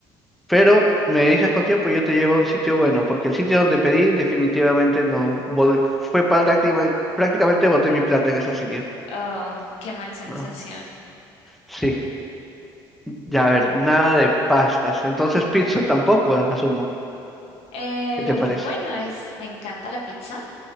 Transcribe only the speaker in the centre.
Pero me dices con tiempo, yo te llevo a un sitio bueno, porque el sitio donde pedí definitivamente no bo- fue práctima- prácticamente boté mi plata en ese sitio.
No. Sí. Ya, a ver, nada de pastas. Entonces pizza tampoco, asumo.
¿Qué te parece?